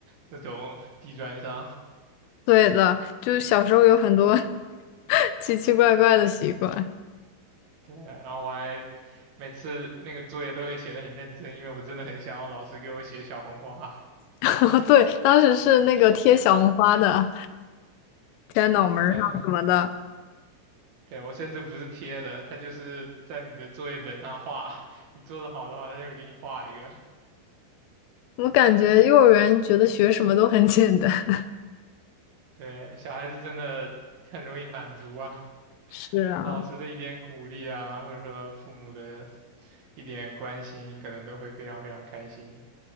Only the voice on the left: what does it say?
对的，就是小时候有很多 <laughs> 奇奇怪怪的习惯。
<laughs> 对，当时是那个贴小红花的，贴在脑门儿上什么的。
我感觉幼儿园觉得学什么都很简单。<laughs>
是啊，